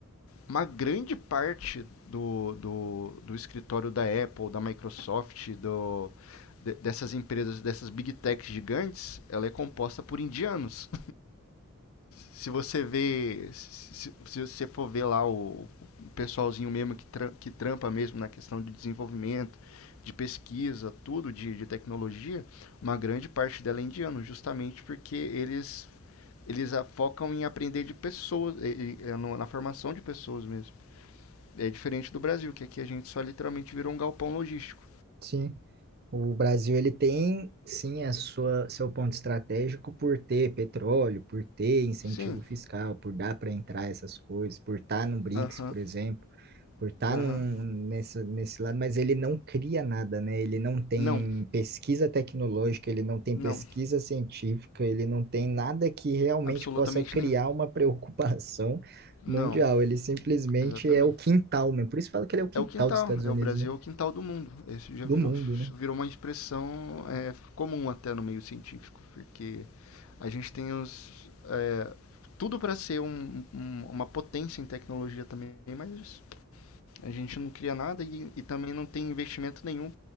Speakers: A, on the left; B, on the right.
A: Uma grande parte do, do, do escritório da Apple, da Microsoft, do, de- dessas empresas, dessas big techs gigantes, ela é composta por indianos se você vê, se, se você for ver lá o, o pessoalzinho mesmo que, tra- que trampa mesmo na questão de desenvolvimento, de pesquisa, tudo de, de tecnologia, uma grande parte dela é indiano, justamente porque eles eles focam em aprender de pessoas, e- e- é na formação de pessoas mesmo. É diferente do Brasil, que aqui a gente só literalmente virou um galpão logístico.
B: sim, O Brasil ele tem sim a sua seu ponto estratégico por ter petróleo, por ter incentivo
A: Sim,
B: fiscal, por dar para entrar essas coisas, por estar no BRICS,
A: aham,
B: por exemplo, por estar
A: aham.
B: num, nessa, nesse lado, mas ele não cria nada, né? Ele não tem
A: Não,
B: pesquisa tecnológica, ele não tem
A: não,
B: pesquisa científica, ele não tem nada que realmente
A: absolutamente
B: possa criar
A: nenhum.
B: uma preocupação
A: Não,
B: mundial. Ele simplesmente
A: exatamente.
B: é o quintal, né? Por isso fala que ele é o quintal
A: É o quintal,
B: dos Estados
A: é
B: Unidos,
A: o Brasil
B: né?
A: é o quintal do mundo. Isso já
B: Do
A: virou,
B: mundo, né?
A: virou uma expressão é, comum até no meio científico, porque a gente tem os, é, tudo para ser um- um- uma potência em tecnologia também, mas a gente não cria nada e, e também não tem investimento nenhum